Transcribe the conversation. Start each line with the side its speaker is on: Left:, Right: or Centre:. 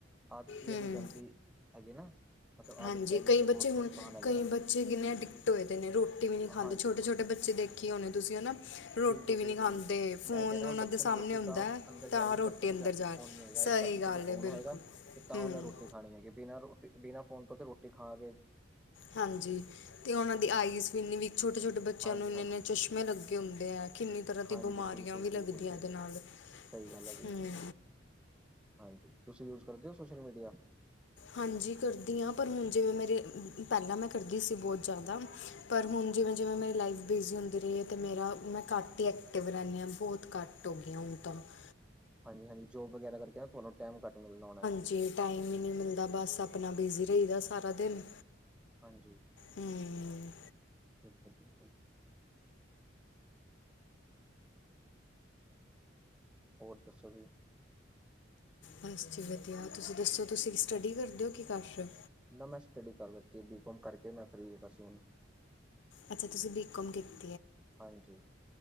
Centre: ਆਦਤ ਵੀ
Left: ਹੂੰ
Centre: ਇਹਦੀ ਗੰਦੀ। ਹੈਗੇ ਨਾ, ਮਤਲਬ ਆਦਤ
Left: ਹਾਂਜੀ
Centre: ਪੈ ਗਈ
Left: ਕਈ
Centre: ਫਿਰ ਬਹੁਤ ਨੁਕਸਾਨ ਹੈਗੇ
Left: ਕਈ
Centre: ਨੇ
Left: ਬੱਚੇ ਕਿੰਨੇ ਟਿਕਟ ਹੋਏ ਦੇ ਨੇ, ਰੋਟੀ ਵੀ ਨਹੀਂ ਖਾਂਦੇ।
Centre: ਹਾਂ
Left: ਛੋਟੇ ਬਚੇ ਦੇਖੇ ਹੋਨੇ ਤੁਸੀ ਹਨਾ। ਰੋਟੀ
Centre: ਬਿਲਕੁਲ-ਬਿਲਕੁਲ
Left: ਵੀ ਨਹੀਂ ਖਾਂਦੇ ਫੋਨ
Centre: ਮੈਂ ਕੈਂ ਰਿਆਂ,
Left: ਉਹਨਾਂ
Centre: ਬੱਚੇ
Left: ਦੇ
Centre: ਨੂੰ
Left: ਸਾਹਮਣੇ
Centre: ਰੋਟੀ
Left: ਹੁੰਦਾ
Centre: ਤਾਂ ਉਹ
Left: ਹੈ
Centre: ਅੰਦਰ
Left: ਤਾਂ
Centre: ਜਾਈਗੀ
Left: ਰੋਟੀ
Centre: ਜਦ ਓਦੇ
Left: ਅੰਦਰ
Centre: ਹੱਥ
Left: ਜਾ
Centre: ਚ ਫੋਨ
Left: ਰਹੀ
Centre: ਨਹੀ ਹੈਗਾ
Left: ਸਹੀ
Centre: ਇੱਕ ਹੱਥ ਚ
Left: ਗੱਲ
Centre: ਜਦੋਂ ਫੋਨ
Left: ਹੈ ਬਿਲਕੁਲ
Centre: ਹੋਏਗਾ, ਤੇ ਤਾਂ
Left: ਹੂੰ
Centre: ਉਹਨੇ ਰੋਟੀ ਖਾ ਹੈਗੇ ਬਿਨਾਂ ਰੋਟੀ ਬਿਨਾਂ ਫੋਨ ਤੋਂ ਤੇ ਰੋਟੀ ਖਾਗੇ
Left: ਹਾਂਜੀ, ਅਤੇ ਉਹਨਾਂ ਦੀ ਆਈਜ਼ ਵੀ ਇੰਨੀ ਵੀਕ ਛੋਟੇ ਛੋਟੇ ਬੱਚਿਆਂ
Centre: ਹਾਂਜੀ-ਹਾਂਜੀ,
Left: ਨੂੰ ਇੰਨੇ ਇੰਨੇ ਚਸ਼ਮੇ ਲੱਗੇ ਹੁੰਦੇ ਐ। ਕਿੰਨੀ ਤਰ੍ਹਾਂ ਦੀ
Centre: ਹਾਂਜੀ
Left: ਬਿਮਾਰੀਆਂ
Centre: ਬਿਲਕੁਲ-ਬਿਲਕੁਲ
Left: ਵੀ ਲੱਗਦੀਆਂ
Centre: ਜੀ।
Left: ਇਹਦੇ ਨਾਲ।
Centre: ਸਹੀ ਗੱਲ ਆ ਜੀ
Left: ਹੁੰ
Centre: ਹਾਂਜੀ! ਤੁਸੀਂ ਯੂਜ਼ ਕਰਦੇ ਓ ਸੋਸ਼ਲ ਮੀਡੀਆ?
Left: ਹਾਂਜੀ ਕਰਦੀ ਆਂ ਪਰ ਹੁਨ ਜਿਵੇਂ ਮੇਰੇ ਪੈਂਲਾਂ ਮੈਂ ਕਰਦੀ ਸੀ ਬਹੁਤ ਜ਼ਿਆਦਾ ਪਰ ਹੁਨ ਜਿਵੇਂ -ਜਿਵੇਂ ਮੇਰੀ ਲਾਈਫ ਬਿਜ਼ੀ ਹੁੰਦੀ ਰਈ ਏ, ਤੇ ਮੇਰਾ ਮੈਂ ਘੱਟ ਹੀ ਐਕਟਿਵ ਰਹਿੰਦੀ ਹਾਂ ਬਹੁਤ ਘੱਟ। ਟੋਗੀਆਂ ਹੁਣ ਤਾਂ <unintelligible> <unintelligible>
Centre: ਹਾਂਜੀ-ਹਾਂਜੀ ਜੋਬ ਵਗੈਰਾ ਕਰਕੇ ਨਾ ਤੁਹਾਨੂੰ ਟੈਮ ਘੱਟ ਮਿਲਦਾ ਹੋਣੈ।
Left: ਜੀ ਟਾਈਮ ਈਂ ਨੀੰ ਮਿਲਦਾ ਬਸ ਆਪਨਾ ਬਿਜ਼ੀ ਰਈਦਾ ਸਾਰਾ ਦਿਨ।
Centre: ਹਾਂਜੀ।
Left: ਹੂੰ
Centre: ਬਿਲਕੁਲ-ਬਿਲਕੁਲ। ਹੋਰ ਦੱਸੋ ਜੀ।
Left: ਬਸ ਜੀ ਵਧੀਆ, ਤੁਸੀ ਦੱਸੋ ਤੁਸੀ ਕੀ ਸਟੱਡੀ ਕਰਦੇਓ ਕੀ ਕੀ ਕਰ ਚ?
Centre: ਨਾ ਮੈਂ ਸਟੱਡੀ ਕਰ ਲਿੱਤੀ ਬੀਕੋਮ ਕਰਕੇ ਮੈਂ ਫਰੀ ਬਸ ਹੁਨ।
Left: ਅੱਛਾ, ਤੁਸੀਂ ਬੀਕੌਮ ਕੀਤਾ
Centre: ਹਾਂਜੀ,